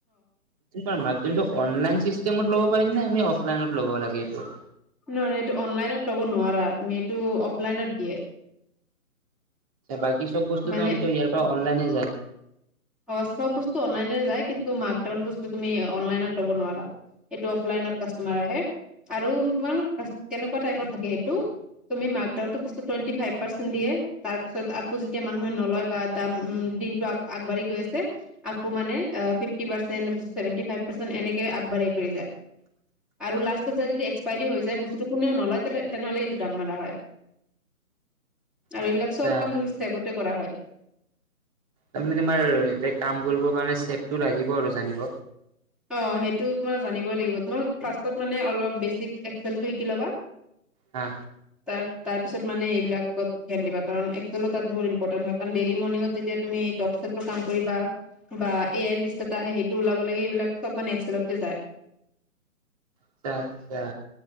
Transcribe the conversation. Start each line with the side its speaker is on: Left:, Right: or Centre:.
Right: অনলাইন চিষ্টেমত লব পাৰিম নে আমি অফলাইনত ল'ব লাগে এইটো
Centre: নহ নহয় এইটো অনলাইনত ল'ব নোৱাৰা তুমি এইটো অফলাইনত দিয়ে।
Right: বাকী সব বস্তুটো
Centre: মানে
Right: আমিতো ইয়াৰ পৰা অনলাইনে যায়।
Centre: অ চব বস্তু অনলাইনে যায় কিন্তু মাঁকডাউন বস্তু তুমি অনলাইনত লব নোৱাৰা। এইটো অফলাইনত কাষ্টমাৰ আহে আৰু তোমাৰ কেনেকুৱা টাইপৰ থাকে সেইটো তুমি মাকডাউন তো টুৱেন্টি ফাইভ পাৰ্চেট দিয়ে তাৰ পিছত আকৌ যেতিয়া মানুহে নলয় বা উম দিনটো আগবঢ়ি হৈ আছে। আকৌ মানে অ'- fifty percent, seventy five percent এনেকে আগবাঢ়ি কৰি যায়। আৰু লাষ্টত যদি এক্সপাইৰী হৈ যায় বস্তুটো, কোনেও নলয় তেনেহলে এইটো দাম মাৰা হয়। আৰু
Right: আচ্ছা
Centre: এইবিলাক চব কাম ছেবতে কৰা হয়।
Right: তাৰমানে তোমাৰ এতিয়া কাম কৰিবৰ কাৰণে ছেবটো লাগিব আৰু জানিব।
Centre: অ' সেইটো তোমাৰ জানিবই লাগিব। তোমাৰ ফাৰ্ষ্টত মানে অলপ বেছিক এক্সেলটো শিকি ল'বা।
Right: হা
Centre: তাৰ তাৰপিছত মানে এইবিলাকত ধ্যান দিবা। কাৰণ এক্সেলত তাত বহুত ইম্পৰ্টেণ্ট হয়, কাৰণ ডেইলি মৰ্ণিঙত যেতিয়া তুমি ফিছতবোৰ কাম কৰিবা বা এ আই লিষ্ট এটা আহে, সেইটো ওলাব লাগে এইবিলাক চব মানে এক্সেলতে যায়।
Right: আচ্ছা - আচ্ছা।